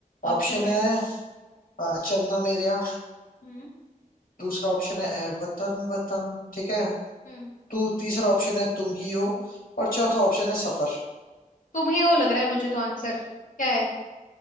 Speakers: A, on the left; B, on the left.
A: ऑप्शन
B: ऑप्शन है
A: है
B: अ, चन्ना मेरेया
A: हम्म
B: दूसरा ऑप्शन है ए वतन वतन ठीक है
A: हम्म
B: तू तीसरा ऑप्शन है तुम ही हो और चौथा ऑप्शन है सफर
A: तुम ही हो लग रहा है मुझे तो आंसर क्या है